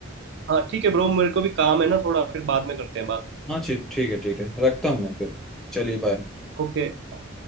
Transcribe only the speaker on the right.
हाँ ठीक है ब्रो मेरे को भी काम है ना थोड़ा फिर बाद में करते हैं बात
ओके